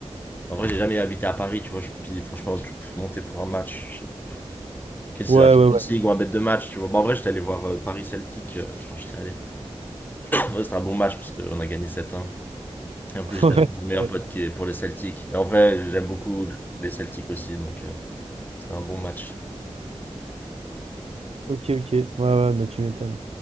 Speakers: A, on the left (about 15°); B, on the right (about 60°).
A: En vrai, j'ai jamais habité à Paris, tu vois. Je... Puis, franchement, tu- monter pour un match, Qu'est-ce
B: Ouais,
A: que c'est la Champions
B: ouais, ouais.
A: League ou un bête de match, tu vois. Bon, en vrai, j'étais allé voir euh, Paris Celtic euh, quand j'étais allé. Ouais, c'était un bon match parce qu'on a gagné sept. 1 Et en
B: <laughs>
A: plus, j'étais
B: Ouais,
A: avec mon meilleur
B: ouais.
A: pote qui est pour les Celtics. Et en vrai, j'aime beaucoup les Celtics aussi, donc euh, c'était un bon match.
B: Ok, ok. Ouais, ouais, mais tu m'étonnes.